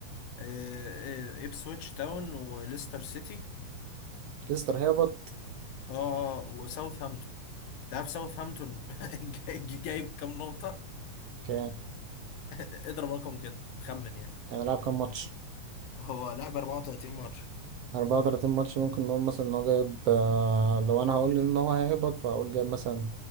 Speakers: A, on the left; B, on the right.
A: آه، آه، ابسويتش تاون وليستر سيتي
B: ليستر هبط
A: اه وساوثهامبتون تعرف ساوثهامبتون <laughs> جاي- جايب كام نقطة
B: كان
A: <laughs> اضرب رقم كده خمن يعني
B: يعني لعب كام ماتش؟
A: هو لعب 34 ماتش
B: 34 ماتش ممكن نقول مثلا ان هو جايب آه، لو انا هقول ان هو هيهبط فاقول جايب مثلا